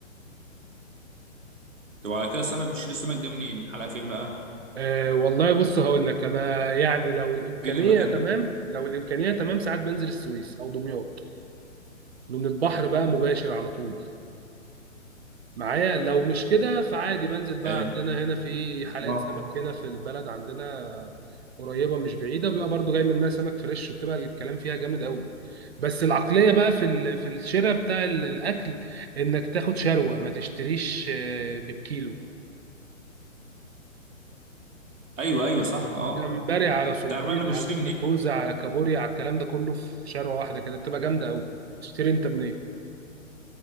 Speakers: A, on the right (about 70°); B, on the right (about 50°).
A: طب على كده صاحبي بتشيل السمك ده منين؟ الحلقه فين بقى؟
B: أه والله بص هقول لك انا يعني لو الامكانيه
A: فين المكان؟
B: تمام
A: ده؟
B: لو الامكانيه تمام ساعات بنزل السويس او دمياط لان البحر بقى مباشر على طول معايا لو مش كده فعادي بنزل بقى
A: حلو
B: عندنا هنا في حلقه
A: اه
B: سمك هنا في البلد عندنا قريبه مش بعيده بيبقى برضو جاي منها سمك فريش وبتبقى الكلام فيها جامد قوي بس العقليه بقى في ال- في الشراء بتاع ال- الاكل انك تاخد شروه ما تشتريش آه، بالكيلو
A: ايوه ايوه صح اه
B: جمبري على صبيط
A: انت عارف انا بشتري
B: على استاكوزا
A: منين
B: على كابوريا على الكلام ده كله في شارع واحده كده بتبقى جامده قوي تشتري انت منين